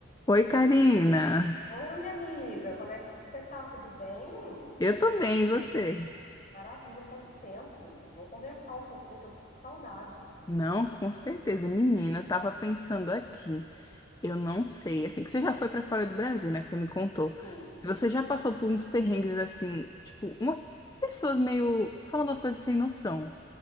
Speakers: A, on the left; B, on the left.
A: Oi, Karina.
B: Oi, minha amiga, como é que você tá? Tudo bem?
A: Eu tô bem, e você?
B: Maravilha, quanto tempo. Vamos conversar um pouquinho, tô com saudade.
A: Não, com certeza. Menina, eu tava pensando aqui. Eu não sei, assim, que você já foi pra fora do Brasil, né? Você me contou.
B: Sim,
A: Se você já passou por uns perrengues assim, tipo, umas pessoas meio falando as coisas sem noção.